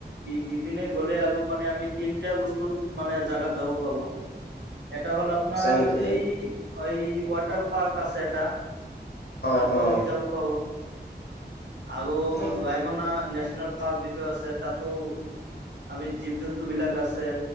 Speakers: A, on the right; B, on the left.
A: সি পিনে গ'লে আৰু মানে আমি তিনিটা বস্তুত মানে জাগাত যাব পাৰো। এটা হ'ল আপোনাৰ
B: আছে নেকি
A: এই এই ৱাটাৰ পাৰ্ক আছে এটা
B: অ
A: তাতো
B: অ
A: আমি যাব পাৰো। আৰু
B: অ
A: ৰায়মনা নেশচনেল পাৰ্ক যিটো আছে তাতো আমি জীৱ-জন্তু বিলাক আছে।